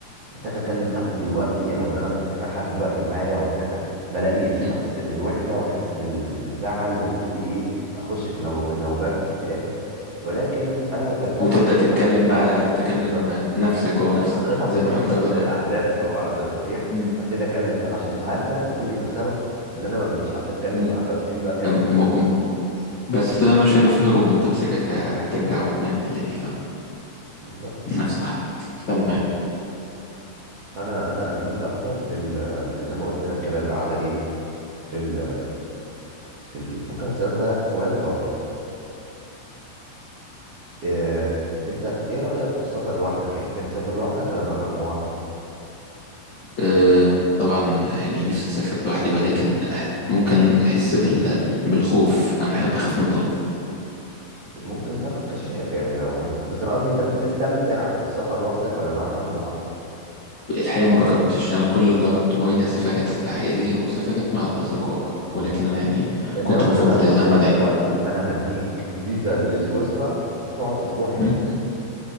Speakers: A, on the right; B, on the left.
A: محتاج اكلم حد دلوقتي او ان انا محتاج حد دلوقتي معايا او محتاج حد ملاقيش
B: مم.
A: بحس بالوحده واحس بال- بالزعل وابتدي ايه اخش في نو... نوبات اكتئاب ولكن انا برتاح
B: وتبدأ
A: اكتر
B: تتكلم
A: عنهم.
B: بقى تكلم
A: بالظبط
B: نفسك جوه نفسك
A: حضرتك
B: زي
A: بتربط
B: ما حضرتك
A: الأ-
B: ذكرت
A: الاحداث ببعض صحيح
B: مم.
A: ابتدي اكلم بقى عشان ده هل ده ممكن يبقى السبب ان انا ما بلاقيش حد اتكلم
B: م...
A: معاه فابتدي بقى اكلم
B: م... م...
A: نفسي
B: بس ده مش هيبقى فيه هروب ما أنت مسكك ه- هترجع وتنام بالليل
A: بالظبط
B: فنفس الحاجة تمام
A: فانا انا اميل اكتر لل لزي ما قلت لك كده القعده ايه في ال... في البيت ممكن اسالك بقى سؤال اخر إيه انت ايه رأيك في السفر لوحدك يعني تحب تسافر لوحدك ولا مع مجموعة
B: أه طبعا يعني نفسي اسافر لوحدي ولكن أح ممكن احس بال بالخوف انا بحب اخاف من الضلمه
A: ممكن تاخد كشاف يعني لو انت بس انا قصدي انت بتستمتع بالسفر لوحدك ولا مع مجموعة
B: الحقيقه ما جربتش انا كل اللي جربته هي سفرات عائليه وسفرات مع الاصدقاء
A: م.
B: ولكن انا يعني
A: انما
B: كنت بفضل
A: مثلا لو
B: اللمه
A: قلت لك
B: دايما
A: دلوقتي انا هديك فيزا لسويسرا تقعد اسبوع هناك
B: م?